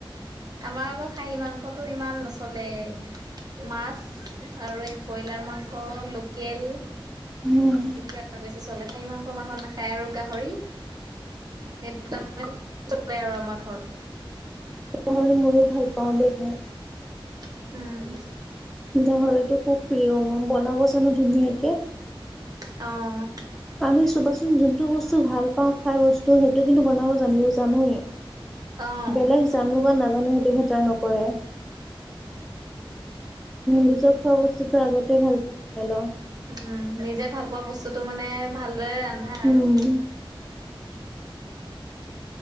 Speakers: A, on the right; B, in the centre.
A: আমাৰ আকৌ খাহী মাংসটো ইমান নচলে। মাছ আৰু এই ব্ৰইলাৰ মাংস লোকেল।
B: উম
A: এতিয়া পিছলে খাই মাংস মাংস নাখায় আৰু গাহৰি। সেই দুটা <unintelligible> আমাৰ ঘৰত।
B: হ ময়ো ভাল পাওঁ দেই খাই।
A: হম।
B: গাহৰিতো খুব প্ৰিয়। মই বনাব জানো ধুনীয়াকে।
A: অ'।
B: আমি চবাচোন যোনটো বস্তু ভাল পাওঁ। খাই বস্তু সেইটো কিন্তু বনাব জানিব জানোৱে।
A: অ',
B: বেলেগ
A: অ',
B: জানো বা নাজানো সেইটো মেটাৰ নক ৰে। নিজৰ খোৱা বস্তুটো আগতে ভাল পাই লওঁ
A: উম। নিজে ভাল পোৱা বস্তুটো মানে ভালদৰে ৰান্ধা আৰু।
B: উম